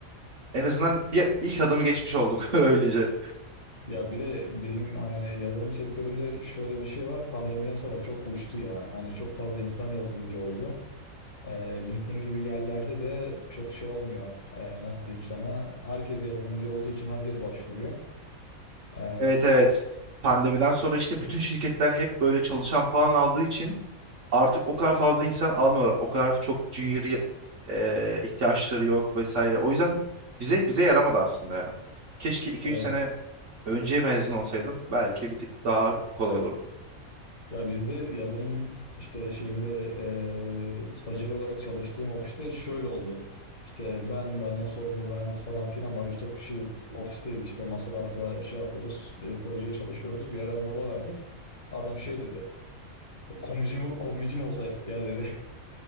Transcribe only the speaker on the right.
En azından bir ilk adımı geçmiş olduk <laughs> öylece.
Evet evet. Pandemiden sonra işte bütün şirketler hep böyle çalışan falan aldığı için artık o kadar fazla insan almıyorlar. O kadar çok junior ye- e, ihtiyaçları yok vesaire. O yüzden bize bize yaramadı aslında ya. Keşke 2-3
sene önce mezun olsaydım belki bir tık daha kolay olurdu.